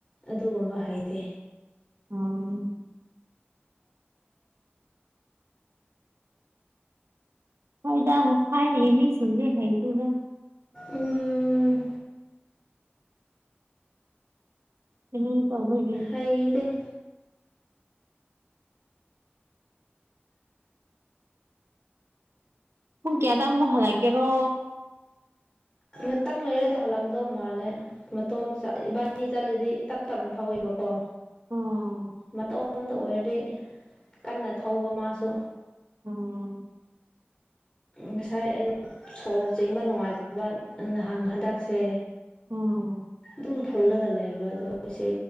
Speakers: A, on the left; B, on the right.
A: ꯑꯗꯨꯒꯨꯝꯕ ꯍꯩꯇꯦ
B: ꯑꯣ ꯍꯣꯏꯗ ꯊꯥꯏꯅꯥꯒꯤ ꯃꯤꯁꯤꯡꯗꯤ ꯍꯩꯇꯦꯗ
A: ꯎꯝ
B: <unintelligible>
A: ꯍꯩꯇꯦ
B: ꯍꯨꯡ ꯀꯌꯥꯗ ꯑꯃꯨꯛ ꯍꯜꯂꯛꯀꯦꯔꯣ
A: ꯉꯍꯥꯛꯇꯪ ꯂꯩꯔꯗꯤ ꯍꯜꯂꯛꯀꯗꯧ ꯃꯥꯜꯂꯦ ꯃꯇꯣꯝ ꯏꯕꯥꯅꯤ ꯆꯠꯂꯗꯤ ꯇꯞ ꯇꯞꯅ ꯊꯧꯋꯦꯕꯀꯣ
B: ꯎꯝ
A: ꯃꯇꯣꯝꯇꯥ ꯑꯣꯏꯔꯗꯤ ꯀꯟꯅ ꯊꯧꯕ ꯃꯥꯁꯨ
B: ꯎꯝ
A: ꯉꯁꯥꯏ ꯑꯩꯒꯥ ꯁꯣꯔ ꯆꯤꯡꯕ ꯅꯨꯡꯉꯥꯏꯇꯕ <unintelligible> ꯍꯟꯗꯛꯁꯦ
B: ꯑꯣ
A: ꯑꯗꯨꯝ ꯐꯨꯜꯂꯒ ꯂꯩꯕ ꯑꯗꯣ ꯁꯤ